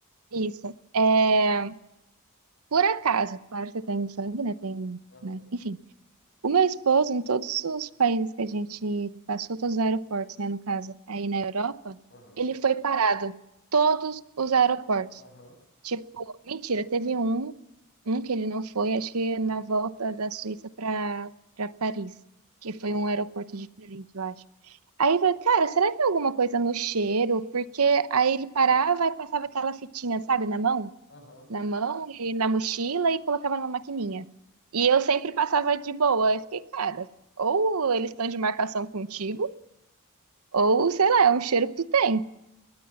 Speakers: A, on the right (about 85°); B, on the left (about 55°).
A: Isso. É... Por acaso, claro que tem sangue, né? Tem,
B: aham,
A: né? Enfim. O meu esposo, em todos os países que a gente passou, todos os aeroportos, né? No caso, aí na Europa,
B: aham,
A: ele foi parado. Todos os aeroportos.
B: aham.
A: Tipo, mentira, teve um, um que ele não foi, acho que na volta da Suíça para para Paris, que foi
B: Tá.
A: um aeroporto diferente, eu acho. Aí eu falei, cara, será que é alguma coisa no cheiro? Porque aí ele parava e passava aquela fitinha, sabe, na mão,
B: Aham.
A: na mão e na mochila e colocava numa maquininha. E eu sempre passava de boa. Eu fiquei, cara, ou eles estão de marcação contigo, ou sei lá, é um cheiro que tu tem.